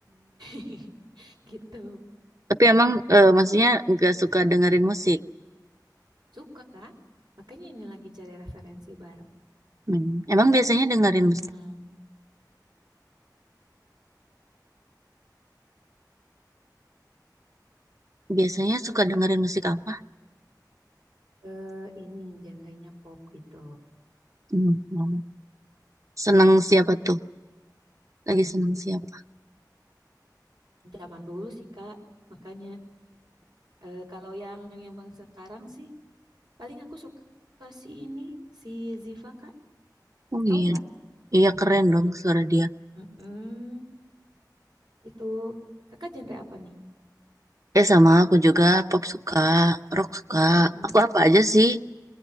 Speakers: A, on the right; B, on the right.
A: <laughs> gitu
B: Tapi emang eh, maksudnya nggak suka dengerin musik.
A: suka kak makanya ini lagi cari referensi baru
B: Hmm. Emang biasanya dengerin
A: hmm
B: musik, biasanya suka dengerin musik apa?
A: eh, ini genrenya pop gitu
B: Hmm. Seneng siapa tuh? Lagi seneng siapa?
A: zaman dulu sih kak makanya eh, kalau yang yang bang sekarang sih paling aku suka si ini si Ziva kak
B: Oh
A: tahu
B: iya,
A: nggak
B: iya keren dong suara dia.
A: mm itu kakak genre apa nih
B: Eh sama aku juga pop suka, rock suka.
A: Mm-mm.
B: Aku apa aja sih?